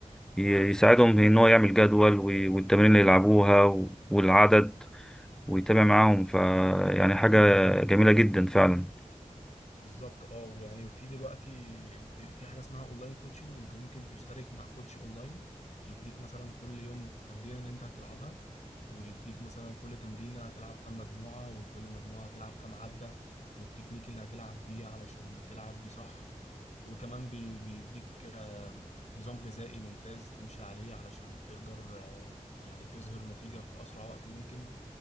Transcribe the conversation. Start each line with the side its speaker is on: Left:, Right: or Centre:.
Centre: ي- يساعدهم ان هو يعمل جدول و- والتمارين اللي يلعبوها و- والعدد ويتابع معاهم ف يعني حاجة جميلة جدا فعلا
Left: بالظبط اه ويعني وفي دلوقتي ب- في حاجه اسمها اونلاين كوتشنج انت ممكن تشترك مع كوتش اونلاين يديك مثلا كل يوم تمرينه اللي انت هتلعبها ويديك مثلا كل تمرينه هتلعب كام مجموعه وكل مجموعه هتلعب كام عده والتكنيك اللي هتلعب بيه علشان تلعب بيه صح وكمان بي- بيديك آم، نظام غذائي ممتاز تمشي عليه علشان تقدر آه، يعني تظهر نتيجه في اسرع وقت ممكن